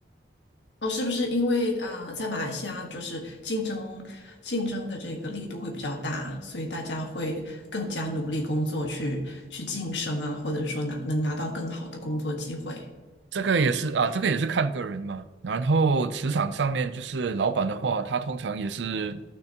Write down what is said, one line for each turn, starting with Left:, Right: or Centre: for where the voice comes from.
Left: 哦，是不是因为啊、呃在马来西亚就是竞争竞争的这个力度会比较大，所以大家会更加努力工作去去晋升啊，或者说拿能拿到更好的工作机会。
Right: 这个也是啊，这个也是看个人嘛。然后职场上面就是老板的话，他通常也是